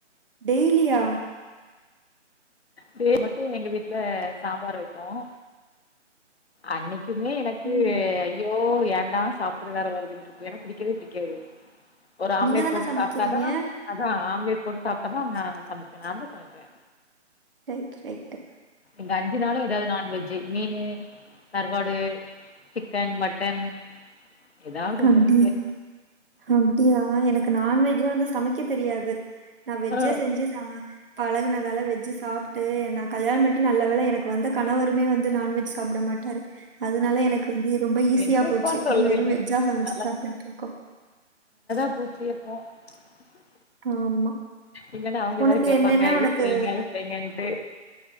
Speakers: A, on the right; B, on the left.
A: டெய்லியா
B: டே மட்டும் எங்க வீட்ல சாம்பார் வைப்போம் அன்னைக்கு குமே எனக்கு
A: ம்.
B: ஐயோ ஏன் தான் சாப்டற நேரம் வருதுன்றுக்கும் ஏன்னா பிடிக்கவே பிடிக்காது ஒரு ஆம்லேட்
A: நீங்க தான
B: போட்டு
A: சமைக்கிறீங்க?
B: சாப்ட்டாதா அதான் ஆ ம்லேட் போட்டு சாப்ட்ட தான் நா சமப்பேன் நான் தான் சமப்பேன்
A: ரைட் ரைட்டு
B: இங்க அஞ்சு நாளும் எதாவது நான்வெஜ் ஜி மீனு கறுவாடு சிக்கன் மட்டன் ஏதாவது ஒண்ணு
A: அப்டி
B: எடுத்துட்டே
A: அப்டியா எனக்கு நான்வெஜ்ஜா வந்து சுத் தமைக்க தெரியாது நா வெஜ்ஜே
B: ம்
A: செஞ்சு சாப் பழகுனதால வெஜ்ஜு சாப்ட்டு நா கல்யாண்பண் நல்ல வேல எனக்கு வந்த கணவருமே வந்து நான்வெஜ் சாப்பிட மாட்டாரு அதுனால எனக் ந்து ரொம்ப ஈஸியா
B: என்னப்பா
A: போச்சு
B: சொல்றீங்க
A: வெறு வெஜ்ஜா சமச்சு
B: நல்லா
A: சாப்ட்டுட்டுருக்கோ
B: <unintelligible>
A: ஆமா
B: இல்லனா அவுங்க எதாது
A: உனக்கு
B: கேப்பாங்க
A: என்னன்னா
B: இது
A: உனக்கு
B: செய்ங்க அது செய்ங்கன்ட்டு